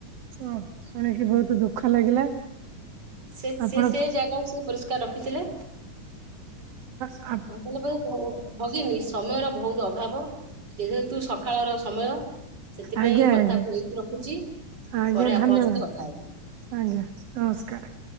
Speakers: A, on the right (about 60°); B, on the right (about 35°).
A: ଓ ଶୁଣିକି ବହୁତ ଦୁଃଖ ଲାଗିଲା।
B: ସେ
A: ଆପଣ
B: ସେ ସେ ଜାଗାକୁ ସେ ପରିଷ୍କାର ରଖିଥିଲେ।
A: ହଁ।
B: ହଁ ତାଲେ ବ ଭ-ଓ ଭଗିନୀ ସମୟର ବହୁତ ଅଭାବ। ଯେହେତୁ ସକାଳର ସମୟ ସେଥିପାଇଁ
A: ଆଜ୍ଞା
B: କଥାକୁୁ
A: ଆଜ୍ଞା
B: ଏଇଠି ରଖୁଛି
A: ଆଜ୍ଞା
B: ପରେ ଆପଣଙ୍କ
A: ଧନ୍ୟବାଦ
B: ସହିତ କଥା ହେବି।
A: ଆଜ୍ଞା ନମସ୍କାର।